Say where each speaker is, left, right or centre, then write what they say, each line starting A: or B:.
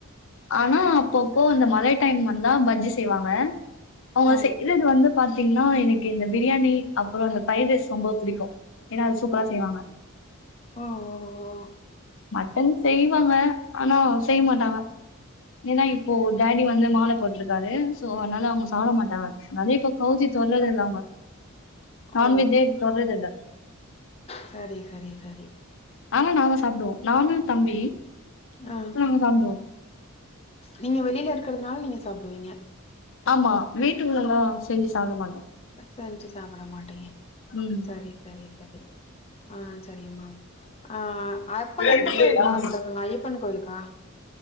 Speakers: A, on the left; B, on the left.
A: ஆனா அப்பப்போ அந்த மழை டைம் வந்தா பஜ்ஜி செய்வாங்க அவுங்க
B: ஆ
A: செய்றது வந்துப் பாத்தீங்ன்னா எனக்கு இந்த பிரியாணி அப்றோ அந்த ஃப்ரைட் ரைஸ் ரொம்ப புடிக்கு ஏன்னா அது சூப்பரா செய்வாங்க
B: ஓ ஓ ஓ
A: மட்டன் செய்வாங்க ஆனா செய்ய மாட்டாங்க ஏன்னா இப்போ டாடி வந்து மால போட்ருக்காரு சோ அதுனால அவுங்க சாப்ட மாட்டாங்க நெறைய இப்போ கவுச்சி தொட்றது இல்ல அவுங்க நான்வெஜ்யே
B: ஓ
A: தொட்றது இல்ல
B: செரி செரி செரி
A: ஆனா நாங்க சாப்டுவோ நானு தம்பி
B: ஆ ஆ
A: நாங்க சாப்டுவோ
B: நீங்க வெளியில இருக்குறதுனால நீங்க சாப்டுவீங்க
A: ஆமா வீட்டுக்குள்ளலா செஞ்சு சாப்ட மாட்டோம்
B: செஞ்சு சாப்ட மாட்டீங்க
A: ம்
B: சரி சரி சரி ஆ சரிம்மா ஆ அப்பா
A: <unintelligible>
B: எந்த கோயிலுக்கு மால போட்ருக்காங்க ஐயப்பன் கோயிலுக்கா